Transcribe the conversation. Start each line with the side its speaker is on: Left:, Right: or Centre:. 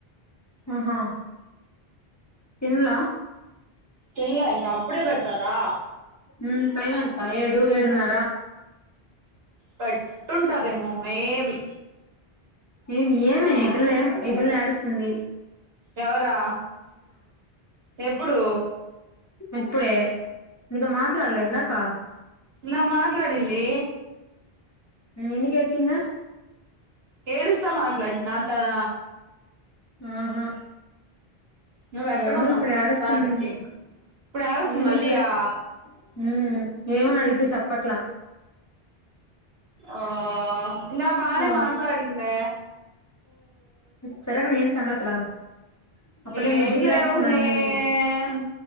Left: ఆహా తిన్లా
Right: తిల్లా ఇంకా అప్పుడే పెతారా
Left: ఉ టైమ్ అంతా ఏడు ఏడు నార
Right: బట్టుంటారమో మేబి
Left: ఏమి ఏ నిద్రల నిద్రల ఏడుస్తూంది
Right: ఎవరా ఎప్పుడు
Left: ఇప్పుడే నీతో మాట్లాడలే ఇందాక
Right: నా మాట్లాడింది
Left: నీ ముందుకు అచ్చిదా
Right: ఏడుస్తా మాట్లాడి నా తన
Left: ఆహా
Right: నువ్వు ఎక్కడున్నావు
Left: ఏమో ఇప్పుడు
Right: ప్రస్తుతానికి
Left: ఆడిస్తుంది
Right: ఇప్పుడు ఏడుస్తుంది
Left: నేను
Right: మళ్ళీ
Left: ఇక్కడే
Right: ఆ
Left: ఉమ్ ఏమో నానీ అడిగితే చెప్పట్లా
Right: ఓ ఇందాక బానే
Left: ఓ
Right: మాట్లాడిందే
Left: సరేగాని ఏం సంగతలు ఆ అ పిల్ల
Right: ఏం
Left: ఏందో దిగులేస్తున్నానింది
Right: లేవు హేమ్